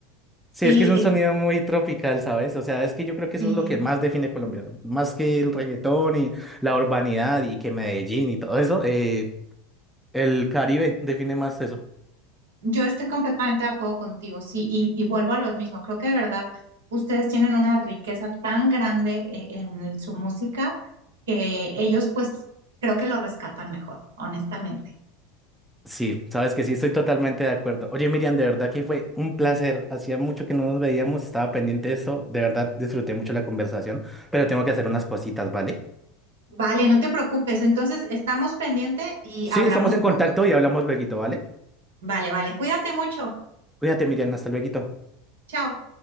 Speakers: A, in the centre; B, on the right.
A: Sí,
B: Sí,
A: es que es un
B: eh,
A: sonido muy tropical, ¿sabes? O sea, es que yo creo que
B: sí,
A: eso es lo que más define Colombia. Más que el reggaetón y la urbanidad y que Medellín y todo eso, eh, el Caribe define más eso.
B: yo estoy completamente de acuerdo contigo, sí, y, y vuelvo a lo mismo. Creo que de verdad ustedes tienen una riqueza tan grande eh, en el- su música que ellos, pues, creo que lo rescatan mejor, honestamente.
A: Sí, sabes que sí, estoy totalmente de acuerdo. Oye, Miriam, de verdad que fue un placer. Hacía mucho que no nos veíamos, estaba pendiente de esto. De verdad, disfruté mucho la conversación, pero tengo que hacer unas cositas, ¿vale?
B: Vale, no te preocupes. Entonces, estamos pendiente y
A: Sí,
B: hablamos
A: estamos en
B: pronto.
A: contacto y hablamos luego, ¿vale?
B: Vale, vale, cuídate mucho.
A: Cuídate, Miriam, hasta luego.
B: Chao.